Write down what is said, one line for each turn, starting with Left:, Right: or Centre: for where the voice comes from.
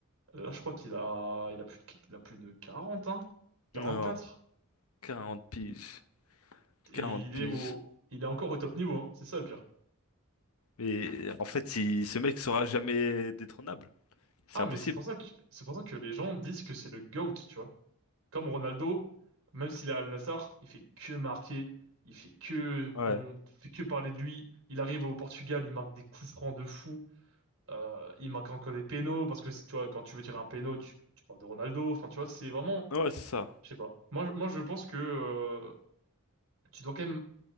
Right: Euh, Là, je crois qu'il a, il a plus de, il a plus de 40, hein, quatre
Left: Non, quarante piges.
Right: Et
Left: quarante
Right: il
Left: piges.
Right: est au, il est encore au top niveau, hein. C'est ça le pire.
Left: Mais en fait, il- ce mec sera jamais détrônable. C'est
Right: Ah,
Left: impossible.
Right: mais c'est pour ça que, c'est pour ça que les gens disent que c'est le GOAT, tu vois. Comme Ronaldo, même s'il est à Al Nassr, il fait que marquer, il fait que,
Left: Ouais.
Right: on fait que parler de lui. Il arrive au Portugal, il marque des coups francs de fou. Euh, il marque encore des pénaux parce que si, tu vois, quand tu veux tirer un pénau, tu, tu parles de Ronaldo. Enfin, tu vois, c'est vraiment,
Left: Ouais, ouais, c'est ça.
Right: je sais pas. Moi, je- moi, je pense que euh, tu dois quand même,